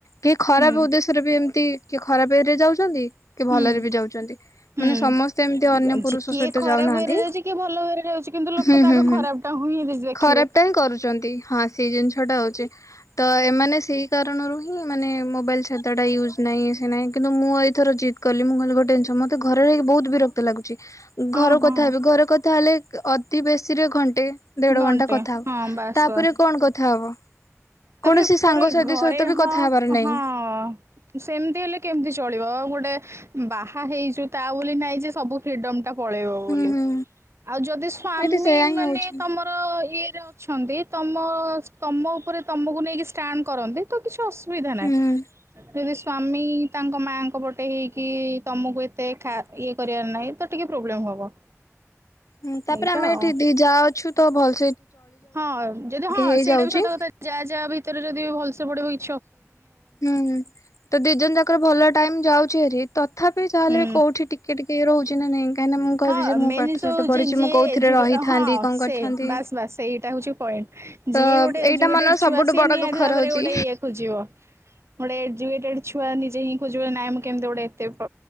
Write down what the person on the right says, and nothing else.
ହୁଁ
ହୁଁ
ହୁଁ।
ଯେ କିଏ
ଖରାପ
ୱେରେ ଯାଉଛି କିଏ ଭଲ ୱେରେ ଯାଉଛି କିନ୍ତୁ ଲୋକ
ତ
ଆଗ
ଖରାପ ଟା ହିଁ ଦେଖିବେ।
ହଁ
ହଁ
ଘଣ୍ଟେ
ହଁ ବାସ୍
ବାସ୍
ତାପରେ
ତାପରେ ଘରେ
ହଁ
ହଁ ସେମିତି ହେଲେ କେମତି ଚଳିବ ଗୋଟେ ବାହା ହେଇଚୁ ତା ବୋଲି ନାଇଁ ଯେ ସବୁ ଫ୍ରିଡମ ଟା ପଳେଇବ ବୋଲି
ଆଉ ଯଦି ସ୍ଵାମୀ
ମାନେ
ତମର ଅ ତମ ତମ ଉପରେ ତମକୁ ନେଇକି ଷ୍ଟାଣ୍ଡ କରନ୍ତି ତ କି? ଅସୁବିଧା ନାହିଁ
ଯଦି ସ୍ଵାମୀ ତାଙ୍କ ମାଆଙ୍କ ପଟେ ହେଇକି ତମକୁ ଏତେ ଇଏ କରିବାର ନାହିଁ ତ ଟିକେ ପ୍ରୋବ୍ଲେମ ହବ।
ଏଇଟା
ଆଉ।
ହଁ ଯଦି ହଁ
ସେଇଟା ବି ସତ କଥା ଯାହା ଯାହା ଭିତରେ ଯଦି ଭଲସେ ପଡିବ ହ
ହୁଁ
ହଁ
ମେନ୍
ଜିନିଷ
ହଉଛି
ଯି
ଏ ହଁ
ସେ
ବାସ୍ ବାସ୍ ସେଇଟା ହଉଛି ପଏଣ୍ଟ
ଯିଏ ଗୋଟେ
ଏଜୁେଟେଡ
ଛୁଆ
ସିଏ
ନିହାତି
ଭାବରେ
ଗୋଟେ ଇଏକୁ ଯିବ। ଗୋଟେ ଏଟେ। ଛୁଆ ନିଜେ ହିଁ ଖୋଜିବ ନାଇଁ ମୁଁ କେମିତି ଗୋଟେ ଏତେ